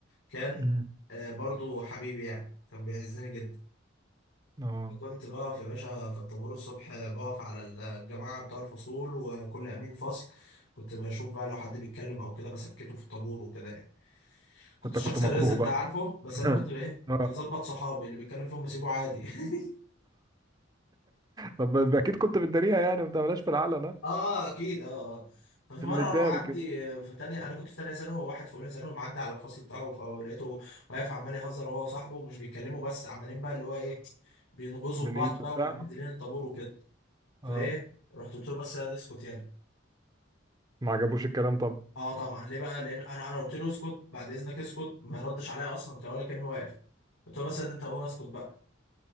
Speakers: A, on the left; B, on the right.
A: كان
B: امم
A: آه، برضو حبيبي يعني كان بيعزني جدا
B: اه
A: كنت بقف يا باشا في الطابور الصبح بقف على الجماعة بتوع الفصول وكل أمين فصل كنت بشوف بقى لو حد بيتكلم أو كده بسكته في الطابور وكده يعني كنت
B: فانت
A: الشخص
B: كنت مكروه
A: الرزل
B: بقى
A: ده عارفه بس
B: <laughs>
A: انا كنت بقى ايه
B: اه
A: بظبط صحابي اللي بيتكلم فيهم بسيبه عادي <laughs>
B: طب اكيد كنت بتداريها يعني ما بتعملهاش في العلن ها
A: اه اه اكيد اه آه. ففي
B: في
A: مره
B: المداري
A: وانا معدي
B: كده
A: آه، في تانية انا كنت في تانية ثانوي وواحد في اولى ثانوي معدي على الفصل بتاعه فلقيته واقف عمال يهزر هو وصاحبه ومش بيتكلموا بس عمالين بقى اللي هو ايه بينغزوا
B: بالايد
A: في بعض بقى
B: وبتاع
A: ومبهدلين الطابور وكده فايه
B: اه
A: رحت قلت له بس يا دي اسكت يلا
B: ما عجبوش الكلام
A: اه طبعا ليه بقى لان انا انا قلت له اسكت بعد اذنك اسكت ما ردش عليا اصلا كان ولا كانه واقف قلت له بس يا دي انت وهو اسكت بقى